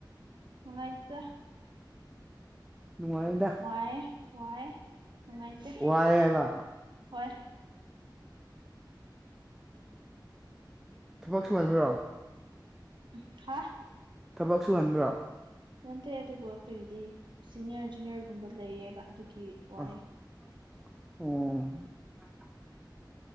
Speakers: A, on the right; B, in the centre.
A: ꯅꯨꯡꯉꯥꯏꯇꯦꯗ
B: ꯅꯨꯡꯉꯥꯏꯗ
A: ꯋꯥꯏꯌꯦ ꯋꯥꯏꯌꯦ ꯅꯨꯡꯉꯥꯏꯇꯦ
B: ꯋꯥꯏꯌꯦꯕ
A: ꯋꯥꯏꯌꯦ
B: ꯊꯕꯛ ꯁꯨꯨꯍꯟꯕ꯭ꯔꯣ
A: ꯎꯝ ꯍꯥꯥ
B: ꯊꯕꯛ ꯁꯨꯍꯟꯕ꯭ꯔꯣ
A: ꯅꯠꯇꯦ ꯑꯗꯨꯕꯨ ꯑꯩꯈꯣꯏꯒꯤꯗꯤ ꯁꯤꯅꯤꯌꯔ ꯖꯨꯅꯤꯌꯔꯒꯨꯝꯕ ꯂꯩꯌꯦꯕ ꯑꯗꯨꯒꯤ
B: ꯑꯥꯍ
A: ꯋꯥꯏꯌꯦ
B: ꯑꯣ